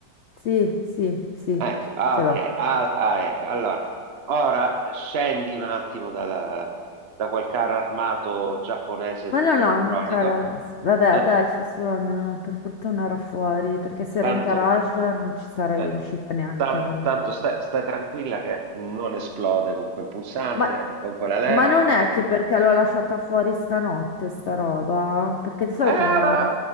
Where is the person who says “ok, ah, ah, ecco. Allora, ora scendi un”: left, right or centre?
Right